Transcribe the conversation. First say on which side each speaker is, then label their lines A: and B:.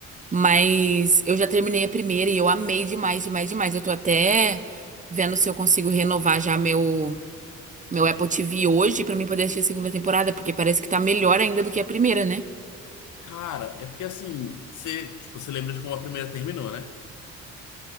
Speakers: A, on the right; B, on the left.
A: Mas eu já terminei a primeira e eu amei demais, demais, demais. Eu tô até vendo se eu consigo renovar já meu, meu Apple TV hoje pra mim poder assistir a segunda temporada, porque parece que tá melhor ainda do que a primeira, né?
B: cara, é porque assim, você, tipo, você lembra de como a primeira terminou, né?